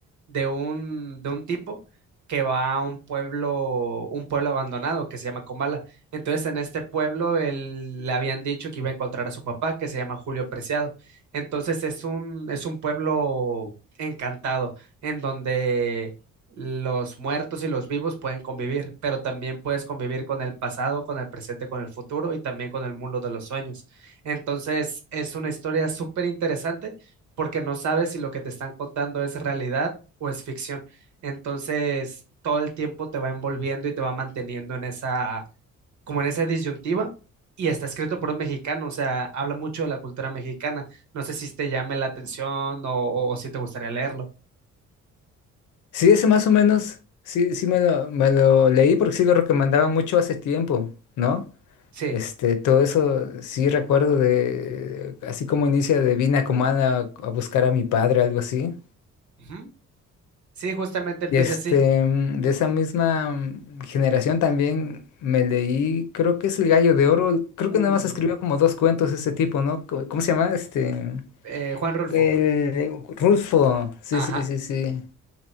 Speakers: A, on the right; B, on the left.
A: de un, de un tipo que va a un pueblo, un pueblo abandonado que se llama Comala. Entonces, en este pueblo él, le habían dicho que iba a encontrar a su papá, que se llama Julio Preciado. Entonces, es un, es un pueblo encantado, en donde los muertos y los vivos pueden convivir, pero también puedes convivir con el pasado, con el presente, con el futuro y también con el mundo de los sueños. Entonces, es una historia súper interesante porque no sabes si lo que te están contando es realidad o es ficción. Entonces, todo el tiempo te va envolviendo y te va manteniendo en esa, como en esa disyuntiva. Y está escrito por un mexicano, o sea, habla mucho de la cultura mexicana. No sé si te llame la atención o, o- o si te gustaría leerlo.
B: Sí, ese más o menos, sí, sí me lo, me lo leí porque sí lo recomendaba mucho hace tiempo, ¿no?
A: Sí.
B: Este, todo eso sí recuerdo de, así como inicia de vine a Comala a buscar a mi padre, algo así.
A: Ujú. Sí, justamente empieza
B: Y este,
A: así.
B: mm, de esa misma mm, generación también me leí, creo que es El Gallo de Oro, creo
A: Uh,
B: que nada más escribió como dos cuentos ese tipo, ¿no? ¿Cómo cómo se llama? Este...
A: eh, Juan Rulfo.
B: El Rulfo, sí,
A: Ajá.
B: sí, sí, sí,